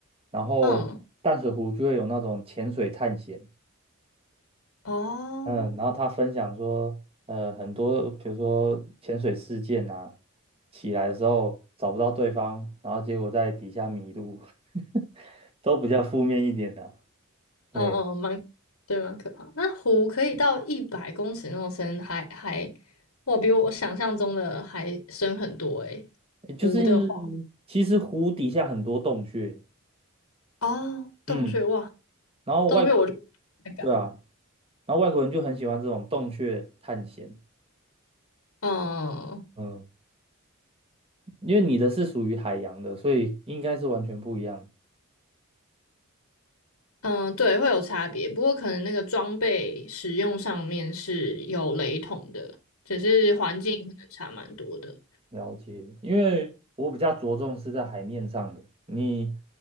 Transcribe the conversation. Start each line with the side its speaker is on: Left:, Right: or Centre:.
Right: 然后淡水湖就会有那种潜水探险，
Left: 嗯。哦。
Right: 嗯，然后他分享说，呃，很多比如说潜水事件啊，起来的时候找不到对方，然后结果在底下迷路，<laughs> 都比较负面一点的啊对，
Left: 嗯嗯，蛮，对，蛮可怕。那湖可以到一百公尺那么深，还还，哇，比我想象中的还深很多诶。
Right: 诶就是其实湖底下很多洞穴，
Left: 湖的话，哦，洞穴，
Right: 嗯，
Left: 哇，
Right: 然后外国人，
Left: 洞穴我就不太敢。
Right: 对啊，然后外国人就很喜欢这种洞穴探险，
Left: 嗯
Right: 嗯，因为你的是属于海洋的，所以应该是完全不一样。
Left: 嗯，对，会有差别，不过可能那个装备使用上面是有雷同的，只是环境可能差蛮多的。
Right: 了解，因为我比较着重是在海面上的，你